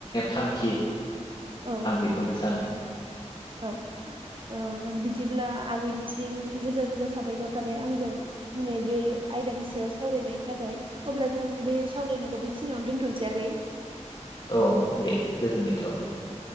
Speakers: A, on the left; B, on the right.
A: थांखि
B: औ
A: आं बेखौनो सानो
B: औ ओ बिदिब्ला आगैनिसिम रोजा रोजा साबायखर थाबाय आंजों दिनै बे आयदानि सायाव सावरायनायनि थाखाय अब्ला जों बे सावरायनायखौ बेखिनियावनो दोनथसौय आगै।
A: औ दे गोजोननाय थाबाय।
B: औ